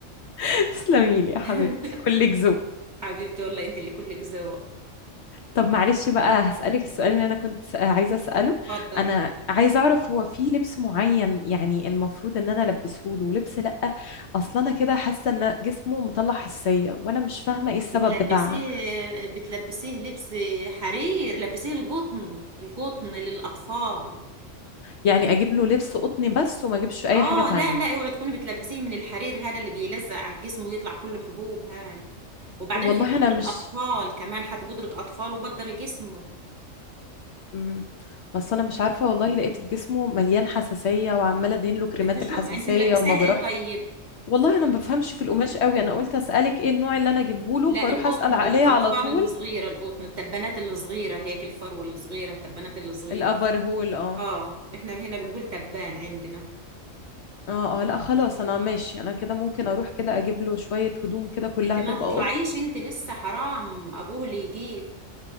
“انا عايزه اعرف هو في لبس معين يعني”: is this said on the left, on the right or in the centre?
Left